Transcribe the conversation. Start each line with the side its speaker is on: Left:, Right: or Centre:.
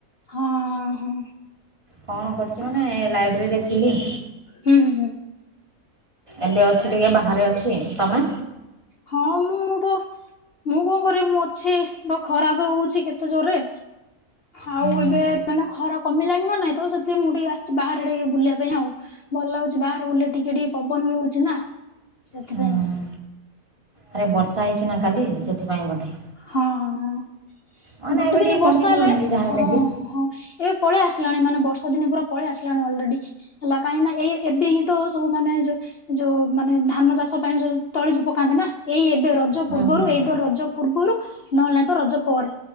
Left: ହଁ ହଁ।
Right: କଣ କରୁଛି ମାନେ ଲାଇବ୍ରେରୀରେ ଥିଲି।
Left: ହୁଁଁ ହୁଁ ହୁଁ।
Right: ଏବେ ଅଛି ଟିକେ ବାହାରେ ଅଛି। ତମେ?
Left: ହଁ ମୁଁ ମୁଁ ତ ମୁଁ କଣ କରିବି ମୁଁ ଅଛି ତ ଖରା ତ ହଉଛି କେତେ ଜୋରରେ। ଆଉ
Right: ହୁଁ ହୁଁ
Left: ଏବେ ମାନେ ଖରା କମିଲାଣି ନା ନାଇଁ ତ ସେଥି ପା ମୁଁ ଟିକେ ଆସିଛି ବାହାରେ ଟିକେ ବୁଲିବା ପାଇଁ ଆଉ। ଭଲ ଲାଗୁଛି ବାହାରେ ବୁଲେ ଟିକେ ଟିକେ ପବନ ବି ହଉଛି ନା ସେଥିପାଇଁ।
Right: ହୁଁ ହୁଁ। ଆରେ ବର୍ଷା ହେଇଛି ନା କାଲି ସେଥିପାଇଁ ବୋଧେ।
Left: ହଁ ହଁ ହଁ
Right: ମାନେ
Left: ଗୋଟେ
Right: ଏବେ
Left: ଦିନ
Right: ଟିକେ
Left: ବର୍ଷା
Right: କମିଯିବନି
Left: ହେଲେ
Right: କି ଯାହା
Left: ହଁ
Right: ହେଲେ ବି
Left: ହଁ। ଏବେ ପଳେଇ ଆସିଲାଣି ମାନେ ବର୍ଷା ଦିନ ପଳେଇ ଆସିଲାଣି ଅଲରେଡି ହେଲା କାହିଁକି ନା ଏଇ ଏବେ ହିଁ ତ ସବୁମାନେ ଯୋଉ ଯୋଉ ମାନେ ଧାନ ଚାଷ ପାଇଁ ଯୋଉ ତଳିଜ ପକାନ୍ତି ନା ଏଇ ଏବେ ରଜ ରଜ
Right: ହୁଁ
Left: ପୂର୍ବରୁ
Right: ହୁଁ ହୁଁ
Left: ଏଇଦ ରଜ ପୂର୍ବରୁ ନହେଲେ ତ ରଜ ପରେ